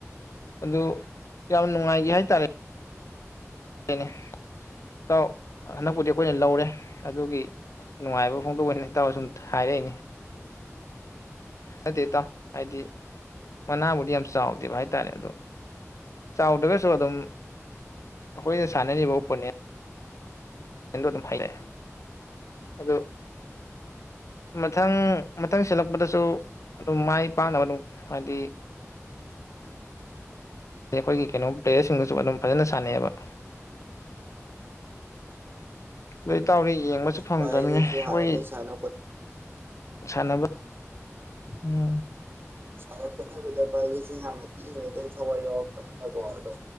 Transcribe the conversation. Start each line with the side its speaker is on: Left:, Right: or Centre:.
Left: ꯑꯗꯨ ꯌꯥꯝ ꯅꯨꯡꯉꯥꯏꯈꯤ ꯍꯥꯏꯇꯥꯔꯦꯅꯦ ꯅꯦ ꯏꯇꯥꯎ ꯍꯟꯗꯛꯄꯨꯗꯤ ꯑꯩꯈꯣꯏꯅ ꯂꯧꯔꯦ ꯑꯗꯨꯒꯤ ꯅꯨꯡꯉꯥꯏꯕ ꯐꯣꯡꯗꯣꯛ ꯇꯔ ꯁꯨꯝ ꯍꯥꯏꯔꯛꯏꯅꯤ ꯐꯠꯇꯦ ꯇꯥꯎ ꯍꯥꯏꯗꯤ ꯃꯅꯥꯕꯨꯗꯤ ꯌꯥꯝ ꯆꯥꯎꯗꯦꯕ ꯍꯥꯏꯇꯥꯔꯦ ꯑꯗꯣ ꯆꯥꯎꯗ꯭ꯔꯒꯁꯨ ꯑꯗꯨꯝ ꯑꯩꯈꯣꯏꯅ ꯁꯥꯟꯅꯔꯤꯕ ꯑꯣꯄꯣꯅꯦꯟ ꯑꯗꯣ ꯑꯗꯨꯝ ꯍꯥꯏꯔꯛꯑꯦ ꯑꯗꯨ ꯃꯊꯪ ꯃꯊꯪ ꯁꯤꯜꯂꯛꯄꯗꯁꯨ ꯑꯗꯨꯝ ꯃꯥꯏ ꯄꯥꯛꯅꯕ ꯑꯗꯨꯝ ꯍꯥꯏꯗꯤ ꯑꯩꯈꯣꯏꯒꯤ ꯀꯩꯅꯣ ꯄ꯭ꯂꯦꯌꯔꯁꯤꯡꯒꯁꯨ ꯑꯗꯨꯝ ꯐꯖꯅ ꯁꯥꯟꯅꯩꯑꯕ ꯂꯩ ꯇꯥꯎꯔꯤ ꯌꯦꯡꯕꯁꯨ ꯐꯪꯗ꯭ꯔꯃꯤꯅꯦ
Right: ꯚꯥꯏ ꯍꯣꯏꯁꯨ ꯍꯥꯟꯅꯗꯩ
Left: ꯍꯣꯏ
Right: ꯁꯥꯟꯅ ꯈꯣꯠꯅ
Left: ꯁꯥꯟꯅꯕ ꯎꯝ
Right: ꯁꯥꯟꯅ ꯈꯣꯠꯅꯕꯗ ꯚꯥꯏꯒꯤꯁꯤ ꯌꯥꯝꯅ ꯏꯤꯏꯉꯦ ꯑꯗꯩ ꯊꯋꯥꯏ ꯌꯥꯎꯔꯛꯄꯅꯤꯅꯀꯣ ꯑꯗꯣ